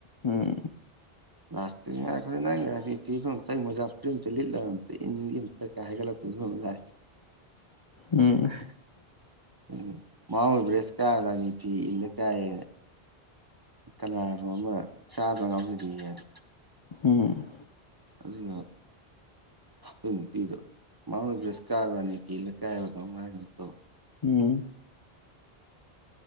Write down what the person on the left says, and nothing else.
ꯎꯝ
ꯎꯝ
ꯎꯝ
ꯎꯝ